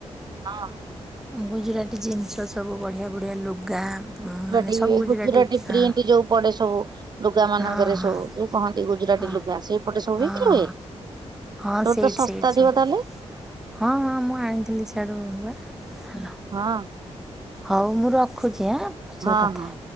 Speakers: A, on the right; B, in the centre.
A: ହଁ।
B: ଗୁଜୁରାଟି ଜିନିଷ ସବୁ ବଢ଼ିଆ ବଢ଼ିଆ ଲୁଗା। ମାନେ
A: ଗୁଜୁରାଟି
B: ସବୁ ଗୁଜୁରାଟୀ
A: ଗୁଜୁରାଟି
B: ହଁ
A: ପ୍ରିଣ୍ଟ ଯୋଉ ପଡେ ସବୁ। ଲୁଗା ମାନଙ୍କରେ
B: ହଁ
A: ସବୁ ଯୋଉ କହନ୍ତି ଗୁଜୁରାଟ
B: ହଁ ହଁ
A: ଲୁଗା ସେଇପଟେ ସବୁ
B: ହଁ
A: ହେକି ରୁହେ।
B: ହଁ ହଁ
A: ତର
B: ସେଇଠି
A: ତ ଶସ୍ତା
B: ସେଇଠି
A: ଥିବ
B: ସବୁ
A: ତାହେଲେ।
B: ହଁ ହଁ ମୁଁ ଆଣିଥିଲି ସିଆଡ଼ୁ ବା ହାଲୋ।
A: ହଁ।
B: ହଉ ମୁଁ ରଖୁଛି ଆଁ। ପଛରେ
A: ହଁ
B: କଥା
A: ହଁ।
B: ହେବା